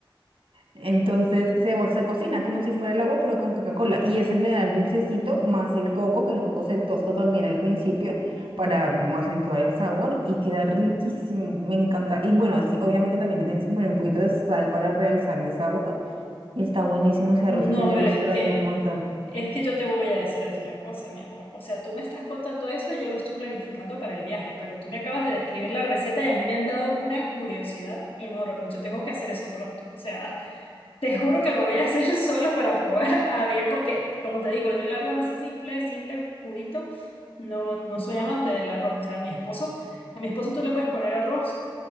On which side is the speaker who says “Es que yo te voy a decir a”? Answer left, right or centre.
Left